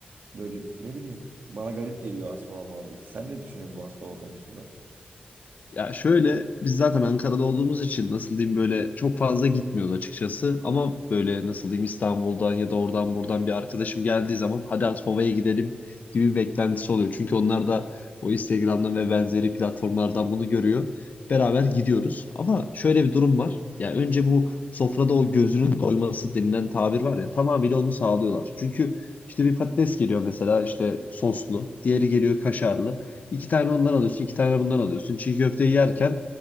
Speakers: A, on the right; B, on the left.
A: böyle ne bileyim bana garip geliyor Aspava muhabbeti. Sen ne düşünüyorsun bu Aspava konusunda?
B: Ya şöyle biz zaten Ankara'da olduğumuz için nasıl diyeyim böyle çok fazla gitmiyoruz açıkçası. Ama böyle nasıl diyeyim İstanbul'dan ya da oradan buradan bir arkadaşım geldiği zaman hadi Aspava'ya gidelim gibi bir beklentisi oluyor. Çünkü onlar da o Instagram'dan ve benzeri platformlardan bunu görüyor. Beraber gidiyoruz. Ama şöyle bir durum var. Ya önce bu sofrada o gözünün doyması denilen tabir var ya tamamıyla onu sağlıyorlar. Çünkü işte bir patates geliyor mesela işte soslu, diğeri geliyor kaşarlı. İki tane ondan alıyorsun, iki tane bundan alıyorsun. Çiğ köfteyi yerken